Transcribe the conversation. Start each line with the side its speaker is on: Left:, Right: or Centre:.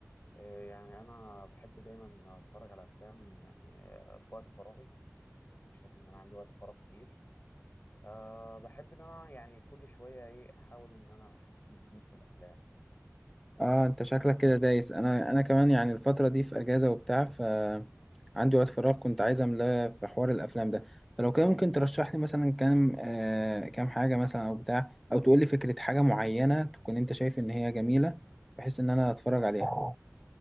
Left: آه، يعني انا بحب دايما اتفرج على افلام يعني آه، في وقت فراغي يعني يعني شايف ان انا عندي وقت فراغ كبير فبحب ان انا يعني كل شويه ايه احاول ان انا اشوف فيه جديد في الافلام
Centre: اه انت شكلك كده دايس انا انا كمان يعني الفتره دي في اجازه وبتاع ف عندي وقت فراغ كنت عايز املاه في حوار الافلام ده فلو كده ممكن ترشح لي مثلا كام آه كام حاجه مثلا او بتاع او تقول لي فكره حاجه معينه تكون انت شايف ان هي جميله بحيث ان انا اتفرج
Left: اه
Centre: عليها